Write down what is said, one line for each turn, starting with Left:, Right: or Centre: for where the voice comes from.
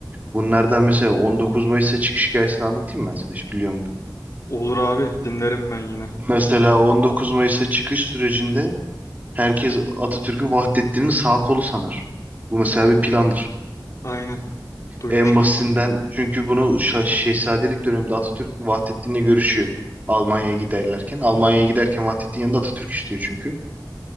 Right: Bunlardan mesela 19 Mayıs'a çıkış hikayesini anlatayım mı ben sana hiç biliyor musun?
Left: Olur abi dinlerim ben yine.
Right: Mesela 19 Mayıs'a çıkış sürecinde herkes Atatürk'ü Vahdettin'in sağ kolu sanar. Bu mesela bir plandır.
Left: Aynen duymuştum.
Right: En basitinden
Left: onu.
Right: çünkü bunu şah- Şehzadelik döneminde Atatürk Vahdettin'le görüşüyor. Almanya'ya giderlerken. Almanya'ya giderken Vahdettin yanında Atatürk istiyor çünkü.